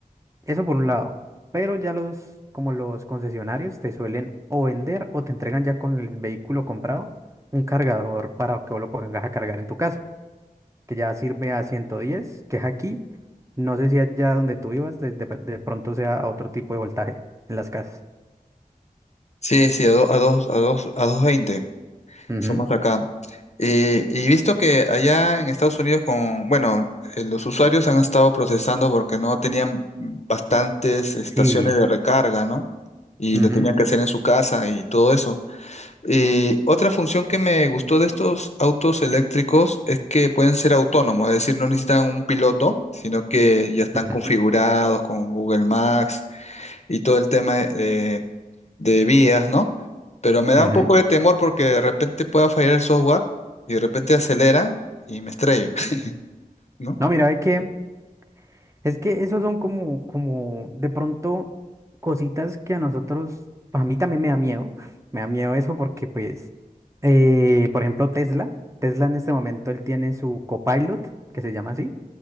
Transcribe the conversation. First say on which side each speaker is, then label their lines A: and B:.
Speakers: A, on the right; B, on the left.
A: Eso por un lado, pero ya los, como los concesionarios te suelen o vender o te entregan ya con el vehículo comprado un cargador para que vos lo pongas a cargar en tu casa que ya sirve a 110 que es aquí. No sé si allá donde tú ibas, de, de- de pronto sea a otro tipo de voltaje en las casas.
B: Sí, sí, a, do- a dos, a dos, a dos veinte.
A: Ujú,
B: Somos acá. Y, y visto que allá en Estados Unidos con, bueno, eh, los usuarios han estado protestando porque no tenían bastantes estaciones
A: Sí.
B: de recarga, ¿no? Y
A: ujú,
B: lo tenían que hacer en su casa y todo eso. Y otra función que me gustó de estos autos eléctricos es que pueden ser autónomos, es decir, no necesitan un piloto, sino que ya están
A: ujú,
B: configurados con Google Maps y todo el tema eh, de vías, ¿no? Pero me da
A: ujú.
B: un poco de temor porque de repente pueda fallar el software y de repente acelera y me estrello, <laughs> ¿no?
A: No, mira, ve que es que esos son como, como de pronto cositas que a nosotros, pues a mí también me da miedo. <laughs> Me da miedo eso porque, pues, eh, por ejemplo, Tesla. Tesla en este momento él tiene su Copilot, que se llama así.